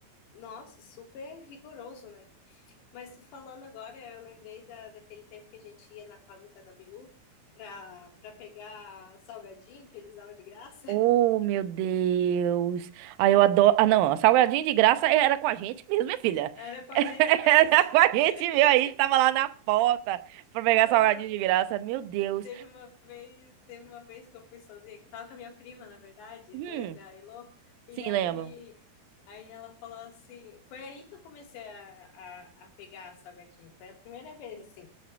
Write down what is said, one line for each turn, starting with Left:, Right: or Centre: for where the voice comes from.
Left: nossa, super rigoroso, né? Mas tu falando agora, eu lembrei da, daquele tempo que a gente ia na fábrica da Bilu pra, pra pegar salgadinho que eles davam de graça.
Right: Oh,
Left: <laughs>
Right: meu Deus. Ah, eu adoro. Ah, não. Salgadinho de graça era com a gente mesmo, minha filha.
Left: Era com a
Right: <laughs>
Left: gente mesmo.
Right: Era
Left: <laughs>
Right: com a gente mesmo. A gente tava lá na porta pra pegar
Left: Ah,
Right: salgadinho de graça. Meu Deus.
Left: teve uma vez, teve uma vez que eu fui sozinha, que eu tava com a minha prima, na verdade,
Right: Hum,
Left: lembra, a Elô? E
Right: sim,
Left: aí,
Right: lembro.
Left: aí ela falou assim, foi aí que eu comecei a, a, a pegar salgadinho, foi a primeira vez, assim.